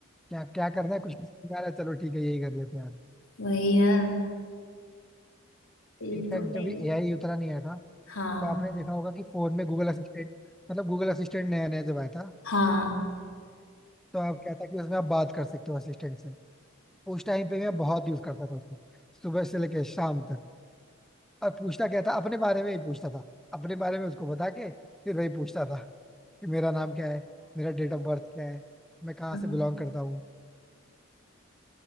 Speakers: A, in the centre; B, on the left.
A: क्या क्या करना है कुछ नहीं समझ में आ रहा है, चलो ठीक है यही कर लेते हैं यार
B: वही ना ये
A: इनफैक्ट
B: तो भाई
A: जब ये एआई उतना नहीं आया था
B: हाँ
A: तो आपने देखा होगा कि फोन में गूगल असिस्टेंट मतलब गूगल असिस्टेंट नया नया जब आया था
B: हाँ
A: तो आप कहता कि उसमें आप बात कर सकते हो असिस्टेंट से उस टाइम पे मैं बहुत यूज करता था उसको सुबह से लेकर शाम तक और पूछता क्या था अपने बारे में ही पूछता था अपने बारे में उसको बता के फिर वही पूछता था कि मेरा नाम क्या है मेरा डेट ऑफ बर्थ क्या है मैं कहाँ
B: तब
A: से बिलोंग करता हूँ